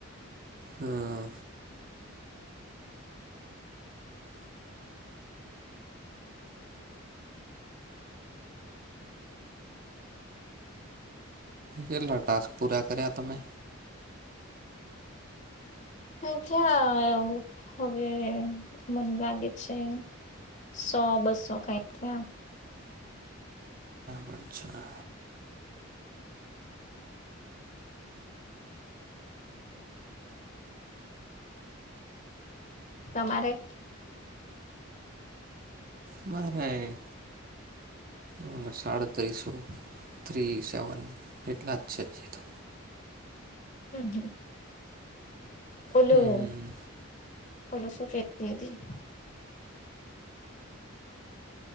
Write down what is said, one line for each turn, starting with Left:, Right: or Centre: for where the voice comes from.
Right: હા. કેટલા ટાસ્ક પૂરા કર્યા તમે.
Left: હઉ ત્યાં એ <unintelligible> હવે મન લાગે છે. સો બસ્સો કાઈ થ્યા.
Right: પરીક્ષા.
Left: તમારે?
Right: મારેય. અહ સાડત્રીસો થ્રી સેવન એટલા જ છે. તો
Left: હમ હમ. ઓલું
Right: હમ
Left: ઓલું શું કેતી હતી.